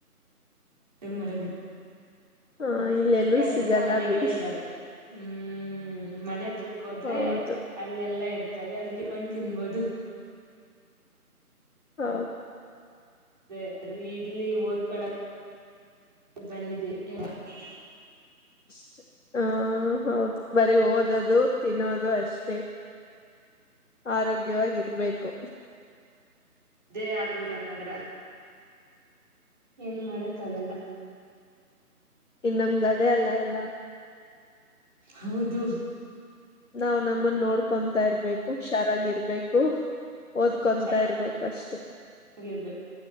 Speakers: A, on the right (about 30°); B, on the left (about 55°).
A: ಇ ಮರಗ
B: ಹ ಇಲ್ಲೆಲ್ಲೂ
A: ಎಲ್ಲಾ
B: ಸಿಗಲ್ಲ
A: ಮನೆಗಳೇ
B: ಬಿಡಿ
A: ಇದ್ದಾವೆ ಹ್ಮ್ ಮನೆ ಹತ್ರ ಹೋದ್ರೆ
B: ಹೌದು
A: ಅಲ್ಲೆಲ್ಲಾ ಇರ್ತ <unintelligible> ಕಿತ್ಕೊಂಡ್ ತಿನ್ಬೋದು
B: ಹೌ
A: ಅದೇ ಅದು ಇರ್ಲಿ ಓದ್ಕೊಳ ಬಂದಿದಿವ್ <unintelligible>
B: <inaudible> ಹ ಹ್ಮ್ ಹೌದು ಬರಿ ಓದದು ತಿನ್ನೋದು ಅಷ್ಟೇ, ಆರೋಗ್ಯವಾಗಿರ್ಬೇಕು
A: ಅದೇ ಆಗು <unintelligible> ಅನ್ನೋದ್ರ ಏನು ಮಾಡಕ್ ಆಗಲ್ಲ
B: ಇನ್ನಮ್ದ್ ಅದೆ ಅಲ್ಲ ಎಲ್ಲ
A: ಹೌದು
B: ನಾವ್ ನಮ್ಮನ್ ನೋಡ್ಕೊಂತಾ ಇರ್ಬೇಕು ಹುಷಾರಾಗಿರ್ಬೇಕು ಓದ್ಕೊಂತಾ
A: ಚನ್ನಾಗಿರ್ಬೇಕು
B: ಇರ್ಬೇಕು ಅಷ್ಟೇ